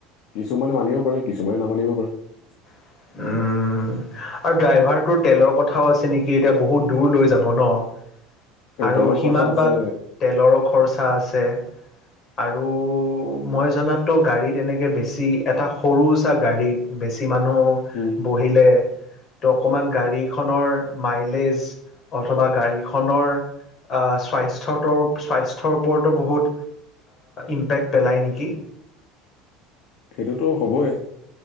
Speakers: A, on the left; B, on the left.
A: কিছুমানে মানিব পাৰে কিছুমানে নামানিব পাৰে ।
B: উম । আৰু ড্ৰাইভাৰটোৰ তেলৰ কথাও আছে নেকি এতিয়া বহুত দূৰ লৈ যাব ন ।
A: এ
B: আৰু
A: তেলৰ
B: সিমান
A: খৰচা আছে
B: বাট তেলৰো খৰচা আছে । আৰু । মই জনাততো গাড়ীত এনেকে বেছি এটা সৰুচ গাড়ীত বেছি মানুহ <unintelligible>
A: উম
B: বহিলে ত অকমান গাড়ীখনৰ মাইলেজ অথবা গাড়ী । <unintelligible> তোমাৰ অ স্বাস্থ্য <unintelligible> স্বাস্থ স্বাস্থ্যৰ ওপৰতো বহুত ইম্পেক্ট পেলায় নেকি <inaudible>
A: সেইটোতো হ'বই